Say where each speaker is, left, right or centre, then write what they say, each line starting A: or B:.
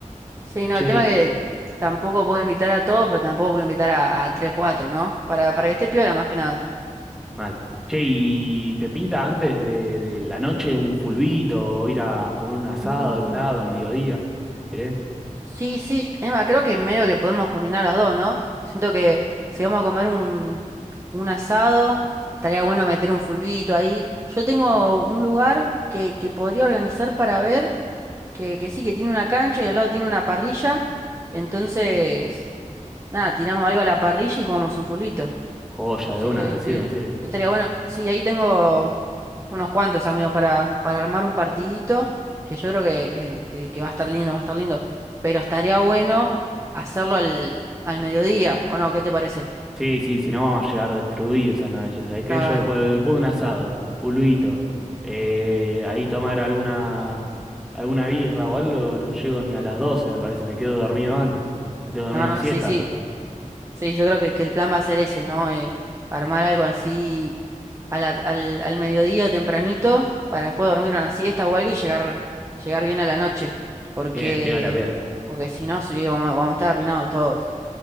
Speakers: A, on the right (about 20°); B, in the centre.
A: Sí, no,
B: Che,
A: el tema que tampoco puedo invitar a todos, pero tampoco puedo invitar a, a 3 o 4, ¿no? Para, para que esté piola más que nada.
B: mal. Che, ¿y te pinta antes de, de la noche un fulbito o ir a comer un asado
A: Uh,
B: a un lado al mediodía, si querés?
A: Sí, sí, Emma, creo que medio que podemos combinar las dos, ¿no? Siento que si vamos a comer un, un asado, estaría bueno meter un fulbito ahí. Yo tengo un lugar que, que podría organizar para ver, que, que sí, que tiene una cancha y al lado tiene una parrilla. Entonces, nada, tiramos algo a la parrilla y jugamos un fulbito.
B: Joya
A: Sí,
B: de una, me sirve,
A: sí.
B: me sirve.
A: Estaría bueno. Sí, ahí tengo unos cuantos amigos para, para armar un partidito, que yo creo que, que, que- que va a estar lindo, va a estar lindo. Pero estaría bueno hacerlo al, al mediodía, ¿o no? ¿Qué te parece?
B: Sí, sí, si no vamos a llegar destruidos a la noche, ¿sabes qué?
A: Claro.
B: Yo después, después de un asado, pulvito, eh, ahí tomar alguna, alguna birra o algo, no llego ni a las 12 me parece, me quedo dormido antes. Me tengo que dormir
A: No,
B: una siesta.
A: sí, sí. Sí, yo creo que, que el plan va a ser ese, ¿no? Eh, armar algo así a la- al, al mediodía tempranito, para después dormir una siesta o algo y llegar, llegar bien a la noche. Porque,
B: Bien, piola, piola.
A: porque si no, sí, vamos, vamos a estar arruinados todos.